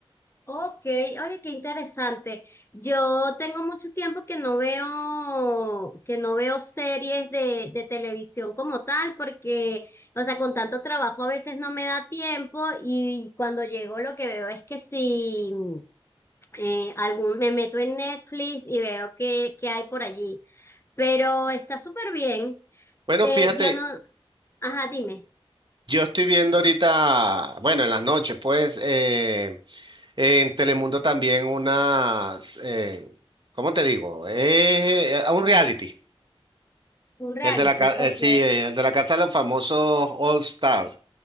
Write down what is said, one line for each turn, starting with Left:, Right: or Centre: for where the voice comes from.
Left: Ok, oye, qué interesante. Yo tengo mucho tiempo que no veo, que no veo series de, de televisión como tal, porque, o sea, con tanto trabajo a veces no me da tiempo y cuando llego lo que veo es que si eh, algún, me meto en Netflix y veo que, que hay por allí, pero está súper bien.
Right: Bueno,
Left: Eh,
Right: fíjate,
Left: yo no, ajá, dime,
Right: yo estoy viendo ahorita, bueno, en las noches, pues, eh, en Telemundo también unas, eh, ¿cómo te digo? Es eh, eh, un reality.
Left: un reality,
Right: El de la, ca-
Left: ok,
Right: eh, sí, eh, el de la Casa de los Famosos All Stars.